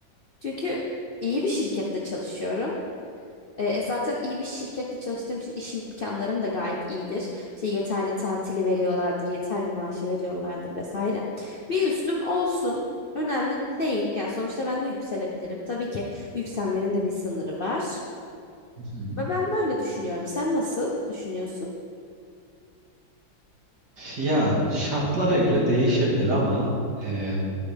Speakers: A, on the left; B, on the right.
A: Çünkü iyi bir şirkette çalışıyorum. E, e, zaten iyi bir şirkette çalıştığım için iş imkanlarım da gayet iyidir. İşte yeterli tatili veriyorlardır, yeterli maaşı veriyorlardır vesaire. Bir üstüm olsun. Önemli değil. Yani sonuçta ben de yükselebilirim. Tabii ki yükselmenin de bir sınırı var.
B: Hı hı.
A: Ve ben böyle düşünüyorum. Sen nasıl düşünüyorsun?
B: ya şartlara göre değişebilir ama e,